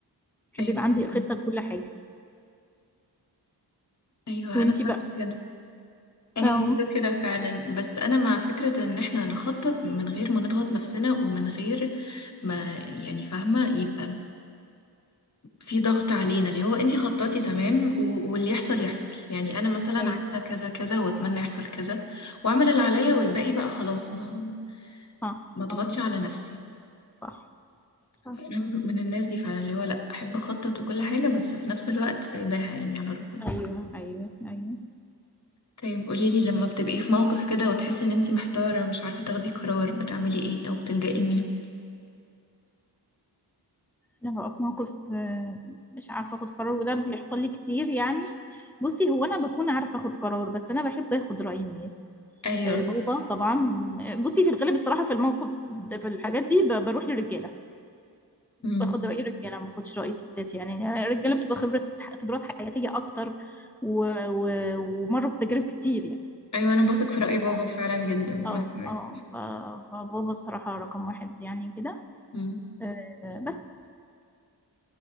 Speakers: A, in the centre; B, on the left (about 40°).
A: بحب
B: ايوه
A: يبقى عندي
B: فعلا.
A: خطه لكل حاجه
B: ايوه
A: وانتي
B: انا برضه
A: بقى
B: كده انا
A: اه
B: برضه كده فعلا بس انا مع فكره ان احنا نخطط من غير ما نضغط نفسنا ومن غير ما يعني فاهمه يبقى في ضغط علينا اللي هو انتي خططي تمام و- واللي يحصل يحصل يعني انا مثلا
A: ايوه
B: عايزه كذا كذا واتمنى يحصل كذا واعمل اللي عليا والباقي بقى خلاص ما
A: صح
B: ما اضغطش
A: اه
B: على نفسي
A: صح صح
B: فانا من الناس دي فعلا اللي هو لا احب اخطط وكل حاجه بس في نفس الوقت سايباها يعني على ربنا
A: ايوه ايوه ايوه
B: طيب قوليلي لما بتبقي في موقف كده وتحسي ان انتي محتارة مش عارفة تاخدي قرار بتعملي ايه او بتلجئي لمين
A: لما ببقى في موقف آه، مش عارفة اخد قرار وده بيحصل لي كتير يعني بصي هو انا بكون عارفة اخد قرار بس انا بحب اخد رأي الناس
B: ايوه
A: آه، بابا طبعا آه، بصي في الغالب الصراحة في الموقف ده- في الحاجات دي ب- بروح للرجالة
B: امم
A: باخد رأي الرجالة ما باخدش رأي ستات يعني الرجالة بتبقى خبرة خبرات حياتية اكتر و... و... ومروا بتجارب كتير يعني
B: ايوه انا بثق في رأي بابا
A: ف-
B: فعلا جدا
A: اه
B: وانا كمان
A: اه ف... فبابا الصراحة رقم واحد يعني كده
B: امم
A: آه، بس